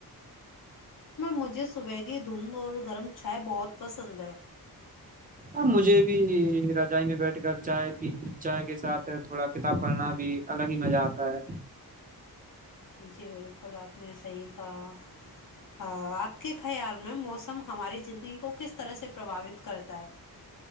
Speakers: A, on the left (about 55°); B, on the right (about 20°).
A: مجھے سبیگی دھند اور گرم چائے بہت پسند ہے
B: ا مجھے بھی رجائی میں بیٹھ کر چائے پ چائے کے ساتھ تھوڑا کتاب پڑھنا بھی الگ ہی مزہ آتا ہے
A: جی بالکل آپ نے صحیح کہ اپ کے خیال میں موسم ہماری زندگی کو کس طرح سے پرباوت کرتا ہے